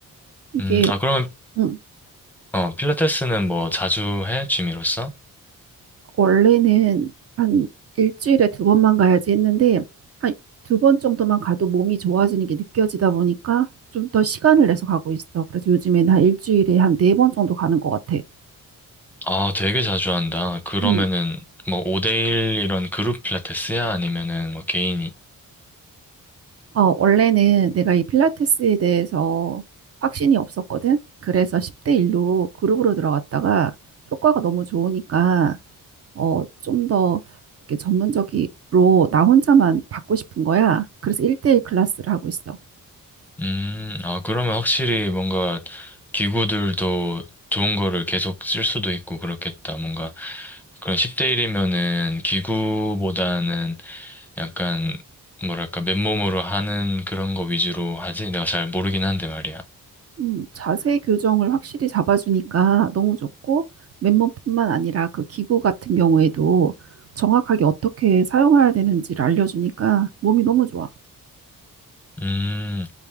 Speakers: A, on the right; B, in the centre.
A: 이게,
B: 음, 아, 그러면,
A: 음.
B: 어, 필라테스는 뭐 자주 해? 취미로서?
A: 원래는 한 일주일에 두 번만 가야지 했는데 한 두 번 정도만 가도 몸이 좋아지는 게 느껴지다 보니까 좀 더 시간을 내서 가고 있어. 그래서 요즘에는 한 일주일에 한 네 번 정도 가는 것 같아.
B: 아, 되게 자주 한다. 그러면은
A: 음.
B: 뭐 5대1 이런 그룹 필라테스야? 아니면은 뭐 개인이야?
A: 어, 원래는 내가 이 필라테스에 대해서 확신이 없었거든. 그래서 10대 1로 그룹으로 들어갔다가 효과가 너무 좋으니까 어, 좀 더 이렇게 전문적으로 나 혼자만 받고 싶은 거야. 그래서 1대1 클래스를 하고 있어.
B: 음, 아, 그러면 확실히 뭔가 기구들도 좋은 거를 계속 쓸 수도 있고 그렇겠다. 뭔가 그런 10대 1이면은 기구보다는 약간 뭐랄까 맨몸으로 하는 그런 거 위주로 하지? 내가 잘 모르긴 한데 말이야.
A: 음, 자세 교정을 확실히 잡아주니까 너무 좋고, 맨몸뿐만 아니라 그 기구 같은 경우에도 정확하게 어떻게 사용해야 되는지를 알려주니까 몸이 너무 좋아.
B: 음,